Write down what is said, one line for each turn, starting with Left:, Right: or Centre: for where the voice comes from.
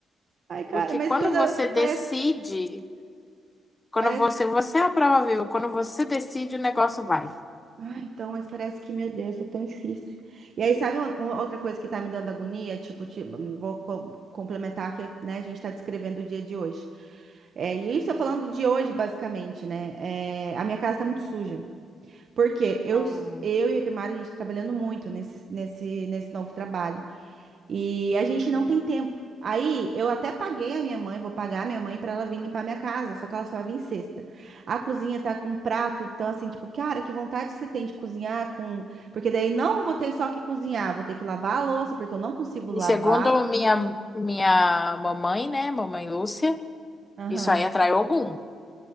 Right: Ai, cara,
Left: Porque
Right: mas
Left: quando
Right: toda.
Left: você decide,
Right: Parece,
Left: quando
Right: parece.
Left: você, você é a prova viva, quando você decide, o negócio vai.
Right: Ah, então, mas parece que, meu Deus, é tão difícil. E aí, sabe o- o- outra coisa que tá me dando agonia? Tipo, ti- vou co- complementar que, né, a gente tá descrevendo o dia de hoje. É, e isso eu falando de hoje, basicamente, né? É, a minha casa tá muito suja. Porque eu,
Left: Hum.
Right: eu e a Kimara, a gente tá trabalhando muito nesse, nesse, nesse novo trabalho. E a gente não tem tempo. Aí eu até paguei a minha mãe, vou pagar a minha mãe para ela vir limpar minha casa, só que ela só vem sexta. A cozinha tá com prato, então assim, tipo, cara, que vontade que você tem de cozinhar com, porque daí não vou ter só que cozinhar, vou ter que lavar a louça, porque eu não consigo lavar.
Left: E segundo minha, minha mamãe, né, mamãe Lúcia,
Right: Aham.
Left: isso aí atrai
Right: <laughs>
Left: Ogum.